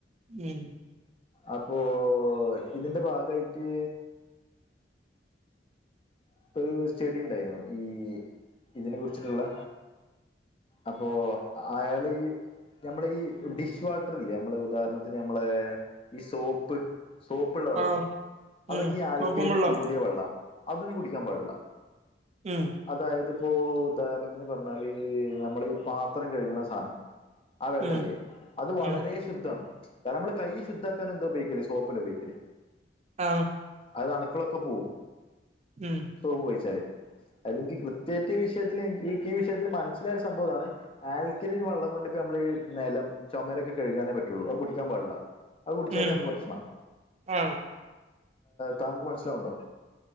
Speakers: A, on the right; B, on the left.
A: ഇം
B: അപ്പോൊ ഇതിന്റെ ഭാഗയിട്ട് ഇപ്പ ഒരു സ്റ്റഡി ണ്ടായിരുന്നു ഈ ഇതിനെ കുറിച്ചിട്ടുള്ള അപ്പോ അയാൾ ഈ നമ്മള ഈ ഡിഷ് വാട്ടർ ഇല്ലേ നമ്മളെ ഉദാഹരണത്തിന് ഞമ്മളെ ഈ സോപ്പ് സോപ്പള്ള വെള്ളം
A: ആ
B: അതൊക്കെ
A: ഉം
B: ഈ ആൽക്കരിന്
A: സോപ്പും വെള്ളം
B: കൂടിയ വെള്ളാ- അത് നീ കുടിക്കാൻ പാടില്ല
A: ഉം
B: അതായത്പ്പോ ഉദാഹരണത്തിന് പറഞ്ഞാൽ നമ്മള ഈ പാത്രം കഴുകുന്ന സാധനം ആ വെള്ളല്ലേ
A: ഉം
B: അത് വളരെ
A: ഉം
B: ശുദ്ധമാണ് കാരണം നമ്മള് കൈ ശുദ്ധാക്കാൻ എന്താ ഉപയോഗേ സോപ്പലെ ഉപോഗിക്കല്
A: ആഹ്
B: അത്അണുക്കളൊക്കെ പോവും
A: ഉം
B: സോപ്പ് വഴിച്ചാല് അതെനിക്ക് കൃത്യമായിട്ടഈ വിഷയത്തിൽ ഈ വിഷയത്തിൽ മനസ്സിലായ സംഭവം ഇതാണ് ആൽക്കലിൻ വള്ളം കൊണ്ടിപ്പ നമ്മൾഈ നിലം ചുമരൊക്കെ കഴുകാനേ പറ്റുള്ളൂ അത് കുടിക്കാൻ പാടില്ല അത് കുടിച്ചാല
A: ഉം
B: ഞമക്ക് പ്രശ്നമാണ്
A: ആ
B: താങ്കക്ക് മനസ്സിലാവണ്ടോ